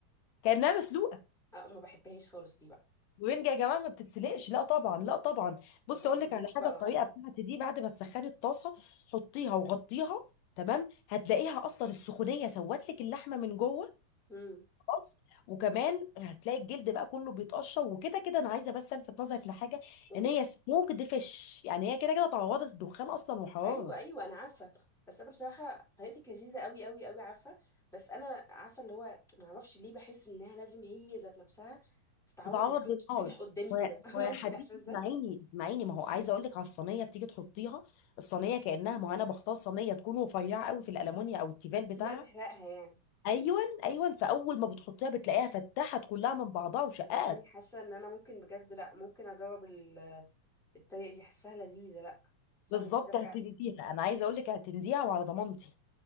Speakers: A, on the left; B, in the centre.
A: كانها مسلوقه
B: آه ما بحبهاش خالص دي بقى
A: الرنجه يا جماعه ما بتتسلقش لا طبعا لا طبعا
B: ما
A: بص
B: بحبهاش
A: اقول لك على
B: بقى
A: حاجه الطريقه بتاعتي دي بعد ما تسخني الطاسه حطيها وغطيها تمام هتلاقيها اصلا السخونيه سوت لك اللحمه من جوه
B: امم
A: خلاص وكمان هتلاقي الجلد بقى كله بيتقشر وكده كده انا عايزه بس الفت نظرك لحاجه
B: قولي
A: ان هي سموكد فيش يعني هي كده كده تعرضت للدخان اصلا وحراره
B: ايوه ايوه انا عارفة بس انا بصراحة طريقتك لذيذة قوي قوي قوي عارفة بس انا عارفة اللي هو ما اعرفش ليه بحس انها لازم هي ذات نفسها تتعود
A: تتعرض
B: إن هي
A: للنار
B: تتفتح قدامي
A: ويا
B: كده <laughs> فاهمة
A: ويا
B: انت
A: حبيبي
B: الاحساس ده؟
A: اسمعيني اسمعيني ما هو عايزه اقول لك على الصينيه بتيجي تحطيها الصينيه كانها ما هو انا بختار صينيه تكون رفيعه قوي في الالمونيا او التيفال
B: بس
A: بتاعها
B: انها تحرقها يعني
A: ايون ايون فاول ما بتحطيها بتلاقيها فتحت كلها من بعضها وشقات
B: والله حاسه ان انا ممكن بجد لا ممكن اجاوب ال- الطريقه دي حاساها لذيذه لا حاساها
A: بالظبط
B: لذيذه
A: اعتمديها
B: فعلا
A: انا عايزه اقول لك اعتمديها وعلى ضمانتي